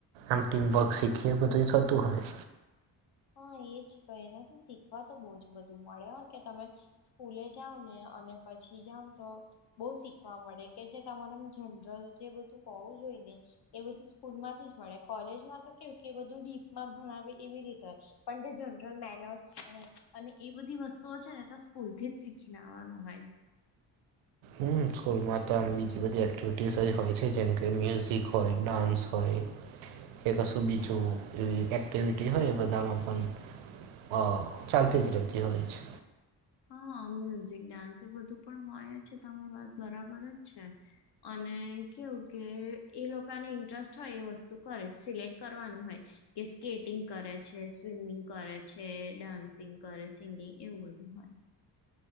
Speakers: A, on the right (about 75°); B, on the left (about 55°).
A: આમ ટીમ બ શીખી એ બધું થતું હોય.
B: હા એજ તો એનાથી શીખવા તો બહ જ બધું મળે કે તમે સ્કૂલે જાાવ ને અને પછી જાવ તો બહુ શીખવા મળે કે જે તમારે જનરલ જે બધું હોવું જોઈ ને એ બધું સ્કૂલ માંથી જ મળે કોલેજમાં તો કેવું કે એ બધું ડીપમાં ભણાવે એવી રીતે પણ જે જનરલ મેનર્સ અને એ બધી વસ્તુઓ છે ને તો સ્કૂલ થી જ શીખીને આવવાનું હોય.
A: હમ સ્કૂલમાં તો આમ બીજી બધી એક્ટિવિટી ડિસઇ હોય છે જેમકે મ્યુઝિક હોય ડાન્સ હોય. કે કશું બીચું એવી એક્ટિવિટી હોય એ બધામાં પણ ઓ ચાલતી જ રતી હોય છે.
B: હા મ્યુઝિક ડાન્સ એ બધું પણ હોય છે તમારી વાત બરાબર જ છે. અને કેવું કે એ લોકોને ઇન્ટરેસ્ટ હોય એ વસ્તુ કરે સિલેક્ટ કરવાનું હોય. કે સ્કેટિંગ કરે છે સ્વિમિંગ કરે છે ડાન્સિંગ કરે સિંગિંગ એવું બધું હોય.